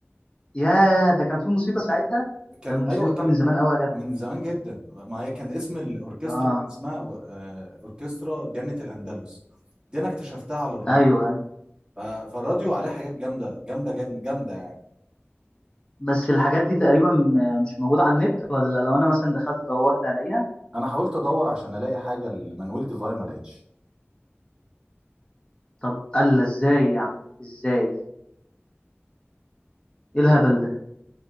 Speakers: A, on the left (about 20°); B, on the right (about 20°).
A: يا ده كان في موسيقى ساعتها
B: كان
A: ده الموسيقى
B: ايوه ك-
A: من زمان قوي يا جدع
B: من زمان جدا ما هي كان اسم الاوركسترا
A: اه
B: كان اسمها آه، اوركسترا جنة الاندلس دي انا اكتشفتها على الراديو
A: ايوه أيوة.
B: ف- فالراديو عليه حاجات جامده جامده جامده جامده يعني
A: بس الحاجات دي تقريبا م- مش موجوده على النت ولا لو انا مثلا دخلت دورت هلاقيها
B: انا حاولت ادور عشان الاقي حاجه لمانويل ديفايا ما لقيتش
A: طب الا ازاي يا عم ازاي ايه الهبل ده